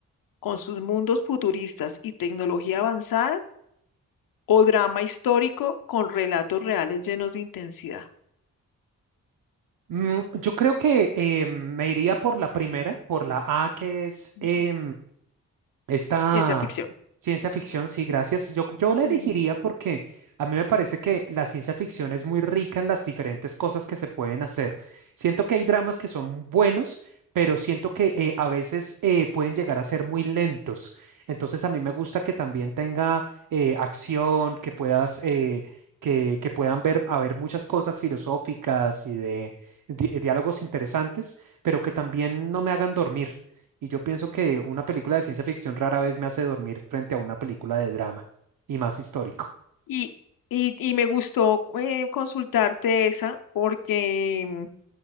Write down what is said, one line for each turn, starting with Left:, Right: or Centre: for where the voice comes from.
Left: con sus mundos futuristas y tecnología avanzada o drama histórico con relatos reales llenos de intensidad.
Right: Mm, yo creo que eh, me iría por la primera, por la A, que es...
Left: Mm,
Right: eh, Esta
Left: Ciencia ficción.
Right: ciencia ficción, sí, gracias. Yo, yo la
Left: Ujú.
Right: elegiría porque a mí me parece que la ciencia ficción es muy rica en las diferentes cosas que se pueden hacer. Siento que hay dramas que son buenos, pero siento que eh, a veces eh, pueden llegar a ser muy lentos. Entonces a mí me gusta que también tenga eh, acción, que puedas... eh, Que, que puedan ver, haber muchas cosas filosóficas y de di- diálogos interesantes, pero que también no me hagan dormir. Y yo pienso que una película de ciencia ficción rara vez me hace dormir frente a una película de drama, y más histórico.
Left: Y, y, y me gustó eh, consultarte esa porque mm,